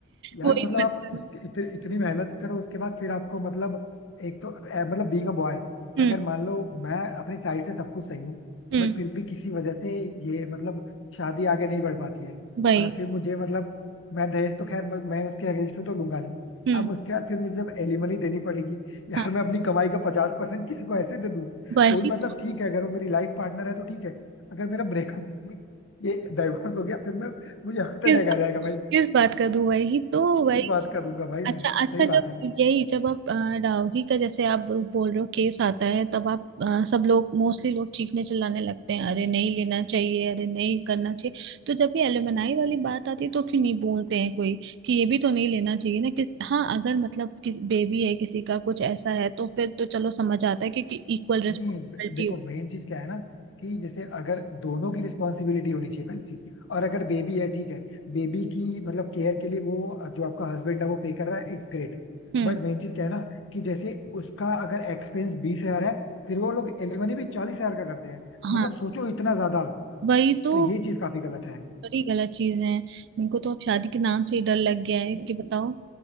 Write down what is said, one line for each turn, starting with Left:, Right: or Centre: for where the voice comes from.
Left: यार
Right: वही
Left: मतलब
Right: मत
Left: आप
Right: करो
Left: उसके इत, इतनी मेहनत करो उसके बाद फिर आपको मतलब एक तो ए, मतलब बीइंग अ बॉय
Right: हम्म
Left: अगर मान लो मैं अपनी साइड से सब कुछ सही हूँ
Right: हम्म
Left: बट फिर भी किसी वजह से ये मतलब शादी आगे नहीं बढ़ पाती है
Right: वही
Left: अ, फिर मुझे मतलब मैं दहेज तो खैर मैं मैं उसके अगेंस्ट हूँ तो लूंगा नहीं
Right: हम्म
Left: अब उसके बाद फिर मुझे जब एलिमनी देनी पड़ेगी यार
Right: हाँ
Left: मैं अपनी कमाई का पचास परसेंट किसी को ऐसे दे दूँ
Right: वही
Left: वो भी मतलब ठीक है अगर वो मेरी लाइफ पार्टनर है तो ठीक है अगर मेरा ब्रेकअप ये डाइवोर्स हो गया फिर मैं मुझे हार्ट अटैक
Right: हम्म,
Left: आ जाएगा
Right: किस बात का दो वही तो
Left: किस
Right: वही
Left: बात का दूंगा भाई
Right: अच्छा
Left: मैं
Right: अच्छा
Left: सही
Right: जब
Left: बात है
Right: यही जब आप अ, डाउरी का जैसे आप बोल रहे हो केस आता है तब आप अ, सब लोग मोस्टली लोग चीखने चिल्लाने लगते हैं अरे नहीं लेना चाहिए अरे नहीं करना चाहिए तो जब ये एलुमनाई वाली बात आती है तो क्यों नहीं बोलते हैं कोई कि ये भी तो नहीं लेना चाहिए ना किस हाँ अगर मतलब किस बेबी है किसी का कुछ ऐसा है तो फिर तो चलो समझ आता है क्योंकि इक्वल रिस्पॉन्सिबिलिटी
Left: नहीं देखो मेन चीज क्या है ना कि जैसे अगर दोनों की रिस्पॉन्सिबिलिटी होनी चाहिए पहली चीज और अगर बेबी है ठीक है बेबी की मतलब केयर के लिए वो जो आपका हस्बैंड है वो पे कर रहा है इट्स ग्रेट
Right: हम्म
Left: बट मेन चीज क्या है ना कि जैसे उसका अगर एक्सपेंस बीस हजार है फिर वो लोग एलिमनी भी चालीस हजार का करते हैं
Right: हाँ
Left: मतलब सोचो इतना ज्यादा
Right: वही तो
Left: तो ये चीज काफी गलत है
Right: बड़ी गलत चीजें हैं इनको तो अब शादी के नाम से ही डर लग गया है कि बताओ